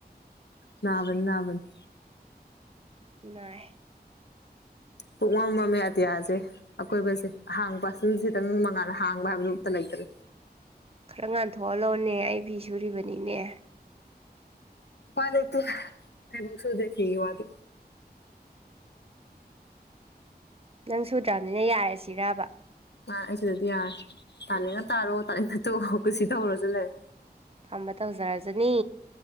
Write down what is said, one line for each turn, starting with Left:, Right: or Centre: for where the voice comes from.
Left: ꯅꯕꯥꯅꯦ ꯅꯕꯥꯅꯦ
Right: ꯅꯥꯏ
Left: ꯄꯣꯛꯃꯝ ꯃꯝꯃꯦ ꯑꯇꯤꯌꯥꯁꯦ ꯑꯀꯣꯏꯕꯁꯦ ꯑꯍꯥꯡꯕ ꯈꯤꯇꯪ ꯃꯉꯥꯟꯜꯅ ꯍꯥꯡꯕ ꯍꯥꯏꯕꯗꯣ ꯑꯝꯇ ꯂꯩꯇ꯭ꯔꯦ
Right: ꯈꯔ ꯉꯥꯟꯊꯣꯛꯍꯂꯣꯅꯦ ꯑꯩ ꯐꯤ ꯁꯨꯔꯤꯕꯅꯤꯅꯦ
Left: ꯎꯄꯥꯏ ꯂꯩ ꯇꯦ ꯑꯩꯕꯨ ꯁꯨꯗꯦ ꯐꯤꯒꯤ ꯋꯥꯗꯤ
Right: ꯅꯪ ꯁꯨꯗ꯭ꯔꯕꯅꯤꯅ ꯌꯥꯔꯦꯁꯤꯔꯕ
Left: ꯑ ꯑꯩꯁꯤꯗꯗꯤ ꯌꯥꯔꯦ ꯇꯥꯅꯤꯡꯉ
Right: ꯎꯝ
Left: ꯇꯥꯔꯣ ꯇꯥꯅꯤꯡꯒ ꯇꯣꯛꯑꯣ ꯀꯨꯁꯤ ꯇꯧꯔꯁꯨ ꯂꯩꯔꯦ
Right: ꯐꯝꯕ ꯇꯧꯖꯔꯁꯤꯅꯤ